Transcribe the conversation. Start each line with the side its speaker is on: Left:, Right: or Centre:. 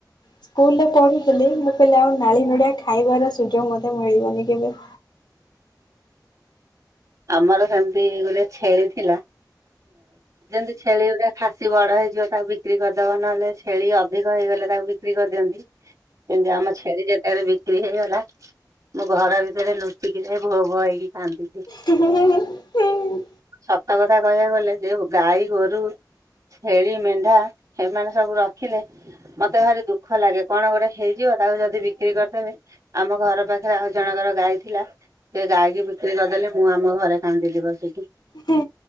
Left: ସ୍କୁଲରେ ପଢୁଥିଲି ମୁଁ କହିଲି ଆଉ ନାଳି ନଡ଼ିଆ ଖାଇବାର ସୁଯୋଗ ମୋତେ ମିଳିବନି କେବେ।
Right: ଆମର ସେମିତି ଗୋଟେ ଛେଳି ଥିଲା ଯେମତି ଛେଳି ଗୁରା ଖାସି ବଡ ହେଇଯିବ ତାକୁ ବିକ୍ରି କରିଦବ ନହେଲେ ଛେଳି ଅଧିକ ହେଇଗଲେ ତାକୁ ବିକ୍ରି କରିଦିଅନ୍ତି। ସେମିତି ଆମ ଛେଳି ଯେତେବେଳେ ବିକି ବିକ୍ରି ହେଇଗଲା ମୁଁ ଘର ଭିତରେ ଲୁଚିକି ଯାଇ ଭୋ ଭୋ ହେଇକି କାନ୍ଦିଲି।
Left: ହେ ହେ ହେ ହେ।
Right: ସତ କଥା କହିବାକୁ ଗଲେ ଯେ ଗାଈ ଗୋରୁ ଛେଳି ମେଣ୍ଢା ଏମାନେ ସବୁ ରଖିଲେ ମତେ ଭାରି ଦୁଃଖ ଲାଗେ କଣ ଗୋଟେ ହେଇଯିବ ତାକୁ ଯଦି ବିକ୍ରି କରିଦେବେ। ଆମ ଘର ପାଖରେ ଆଉ ଜଣଙ୍କର ଗାଈ ଥିଲା ସେ ଗାଈ କୁ ବିକ୍ରି କରିଦେଲେ। ମୁଁ ଆମ ଘରେ କାନ୍ଦିଲି ବସିକି।
Left: ହେ